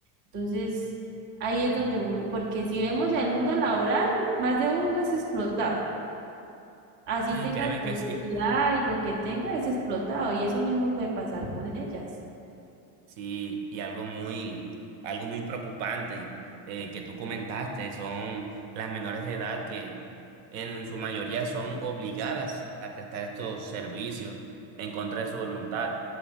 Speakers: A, on the right (about 25°); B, on the right (about 60°).
A: entonces, ahí es donde uno, porque si vemos el mundo laboral, más de uno es explotado. Así
B: Sí,
A: tenga
B: créeme
A: seguridad
B: que sí.
A: y lo que tenga es explotado. Y eso mismo puede pasar con ellas.
B: Sí, y algo muy, algo muy preocupante eh, que tú comentaste son las menores de edad que en su mayoría son obligadas a prestar estos servicios en contra de su voluntad.